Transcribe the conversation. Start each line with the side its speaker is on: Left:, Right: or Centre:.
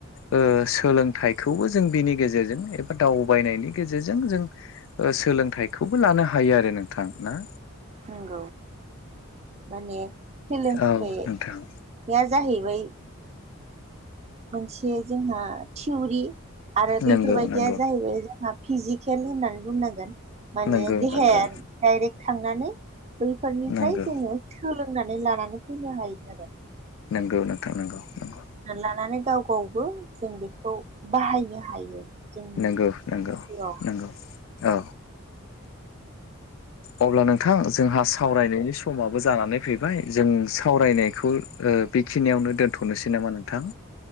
Left: ओ सोलोंथाइखौबो जों बिनि गेजेरजों एबा दाव बायनायनि गेजेरजों जों सोलोंथाइखौबो लानो हायो आरो नोंथां ना?
Right: नंगौ माने सोलोंथाइ
Left: औ
Right: निया
Left: नोंथां
Right: जाहैबाय मोनसे जोंहा थिउरि आरो बेफोरबायदिया
Left: नंगौ नंगौ
Right: जाहैबाय जोंहा फिजिकेल होननानै बुंनांगोन माने
Left: नंगौ
Right: देहाया
Left: नंगौ
Right: डाइरेक्ट थांनानै बैफोरनिफ्राय
Left: नंगौ
Right: जोङो सोलोंनानै लानानै फैनो हायो आरो।
Left: नंगौ नोंथां नंगौ नांगौ
Right: लानानै गाव गावबो जों बेखौ बाहायनो हायो। जोंनि
Left: नंगौ नंगौ
Right: जिउआव
Left: नंगौ औ अब्ला नोंथां जोंहा सावरायनायनि समाबो जानानै फैबाय जों सावरायनायखौ ओ बेखिनियावनो दोनथ'नोसै नामा नोंथां